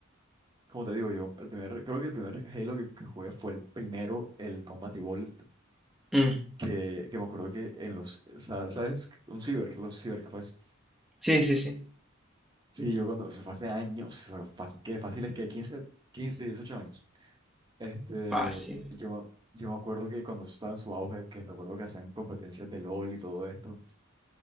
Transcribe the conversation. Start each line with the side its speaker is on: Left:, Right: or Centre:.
Right: como te digo, yo, el primer, creo que el primer Halo que, que jugué fue el primero, el Combat Evolved,
Centre: Mm,
Right: que, que me acuerdo que en los, sa- ¿sabes? Un ciber, los cibercafés
Centre: sí, sí, sí,
Right: Sí, yo cuando, eso fue hace años, o sea, fácil, que fácil es que 15, 15, 18 años. Este,
Centre: fácil.
Right: yo, me- yo me acuerdo que cuando eso estaba en su auge, que recuerdo que hacían competencias de LOL y todo esto